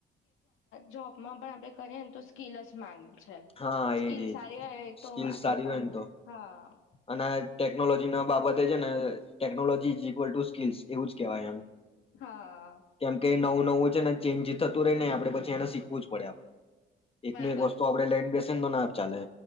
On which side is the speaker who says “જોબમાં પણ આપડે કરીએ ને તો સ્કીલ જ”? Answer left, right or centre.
Left